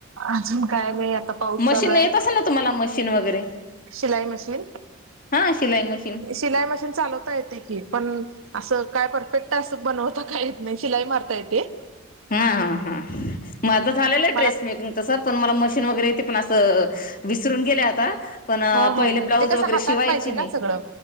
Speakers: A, on the right; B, on the left.
A: अजून काय नाही आता, पाऊस
B: मशीन
A: चालू आहे
B: येत असे ना तुम्हाला मशीन वगैरे
A: शिलाई मशीन
B: हा शिलाई मशीन
A: शिलाई मशीन चालवता येते की पण असं काय परफेक्ट अस बनवता काय येत नाही शिलाई मारता येते.
B: हा हा हा मग आता झालेलं ड्रेस
A: मला
B: मेकिंग त पण म मशीन वगैरे पण अस विसरून गेल्या आता पण
A: ह
B: पहिले
A: ह
B: ब्लाऊज
A: ते कसं
B: वगैरे
A: हातात
B: शिवायची
A: पाहिजे
B: मी
A: ना सगळं